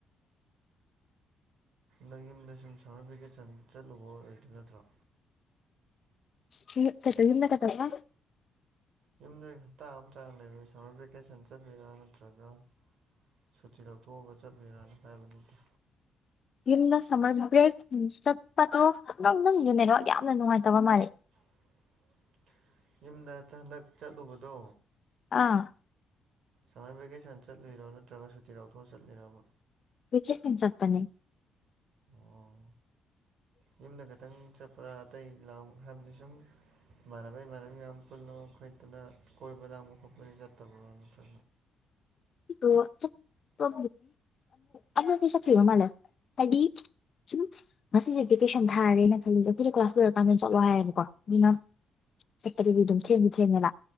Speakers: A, on the right; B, on the left.
A: ꯗ ꯌꯨꯝꯗ ꯁꯨꯝ ꯁꯝꯃꯔ ꯚꯦꯀꯦꯁꯟ ꯆꯠꯂꯨꯕ ꯑꯣꯏꯗꯨ ꯅꯠꯇ꯭ꯔꯣ
B: ꯆꯠꯇ ꯏꯗ ꯀꯗꯕ
A: ꯌꯨꯝꯗ ꯍꯞꯇꯥ ꯑꯃ ꯆꯥꯡ ꯂꯩꯕꯤ ꯁꯃꯔ ꯚꯦꯀꯦꯁꯟ ꯆꯠꯕꯤꯔ ꯅꯠꯇ꯭ꯔꯒ ꯁꯨꯇꯤ ꯂꯧꯊꯣꯛꯑꯒ ꯆꯠꯂꯤꯔꯅ ꯍꯥꯏꯕꯗꯨꯗ
B: ꯌꯨꯝꯗ ꯁꯝꯃꯔ ꯕ꯭ꯔꯦꯛ ꯆꯠꯄꯗꯣ ꯪ ꯅꯪꯁ ꯃꯗ ꯌꯥꯝꯅ ꯅꯨꯡꯉꯥꯏꯇꯕ ꯃꯥꯜꯜꯂꯤꯦ
A: <unintelligible> ꯌꯨꯝꯗ ꯍꯟꯗꯛ ꯆꯠꯂꯨꯕꯗꯣ
B: ꯑꯥ
A: ꯁꯝꯃꯔ ꯚꯦꯀꯦꯁꯟ ꯆꯠꯂꯤꯔꯣ ꯅꯠꯇ꯭ꯔꯒ ꯁꯨꯇꯤ ꯂꯧꯥꯎꯊꯣꯛꯑ ꯆꯠꯂꯤꯔꯕ
B: ꯆ ꯆꯠꯄ
A: ꯑꯣ ꯌꯨꯝꯗ ꯈꯤꯇꯪ ꯆꯠꯄ꯭ꯔꯥ ꯑꯇꯩ ꯂ ꯍꯥꯏꯕꯗꯤ ꯁꯨꯝ ꯃꯅꯅꯕꯩ ꯃꯔꯥꯟꯕꯤ ꯌꯥꯝ ꯄꯨꯜꯂ ꯈꯗꯅ ꯀꯣꯏꯕ ꯑꯃꯨꯛ ꯈ ꯑꯩꯈ ꯆꯠꯠꯇꯕ ꯇ
B: ꯏ ꯆꯄ ꯑ ꯑ ꯄꯩ ꯆ ꯃꯥꯂ ꯍꯥꯏꯗꯤ ꯁꯨꯝ ꯉꯁꯤꯁꯦ ꯚꯦꯀꯦꯁꯟ ꯊꯥꯔꯦꯅ ꯈꯜꯂꯤꯁꯦ ꯑꯩꯈꯣꯏꯅ ꯀ꯭ꯂꯥꯁ ꯂꯣꯏꯔꯀꯥꯟꯗ ꯆꯠꯂꯣ ꯍꯥꯏꯌꯦꯕꯀꯣ ꯑꯗꯨꯅ ꯆꯠꯄꯗꯗꯤ ꯑꯗꯨꯝ ꯊꯦꯡꯉ ꯊꯦꯡꯉꯦꯅ